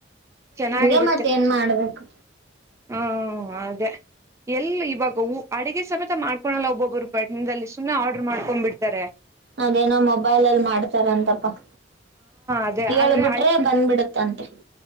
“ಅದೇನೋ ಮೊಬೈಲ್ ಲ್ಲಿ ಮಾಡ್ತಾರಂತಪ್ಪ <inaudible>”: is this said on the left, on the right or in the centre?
Right